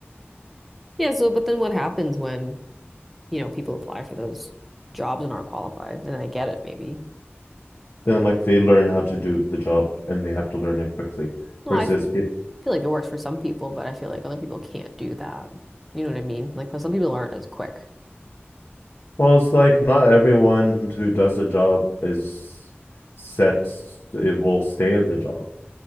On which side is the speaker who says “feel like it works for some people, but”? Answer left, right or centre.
Centre